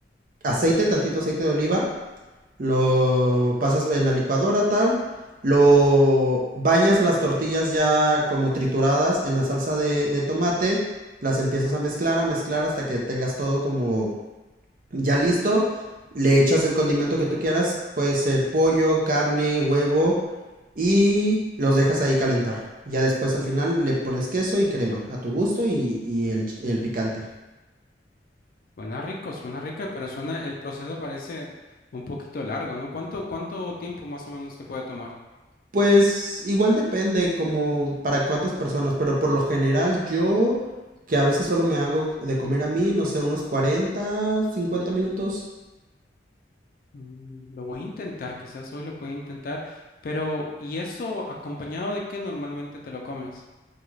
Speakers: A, on the right; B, on the left.
A: aceite, tantito aceite de oliva lo pasas en la licuadora tal, lo bañas las tortillas ya como trituradas en la salsa de, de tomate, las empiezas a mezclar, a mezclar hasta que tengas todo como ya listo, le echas el condimento que tú quieras, puede ser pollo, carne, huevo y los dejas ahí calentar. Ya después al final le pones queso y crema a tu gusto y, y el, el picante.
B: Suena rico, suena rico, pero suena, el proceso parece un poquito largo, ¿no? ¿Cuánto, cuánto tiempo más o menos te puede tomar?
A: Pues igual depende como para cuántas personas, pero por lo general yo, que a veces solo me hago de comer a mí, no sé, unos cuarenta, cincuenta minutos.
B: Mm, Lo voy a intentar, quizás hoy lo pueda intentar, pero ¿y eso acompañado de qué normalmente te lo comes?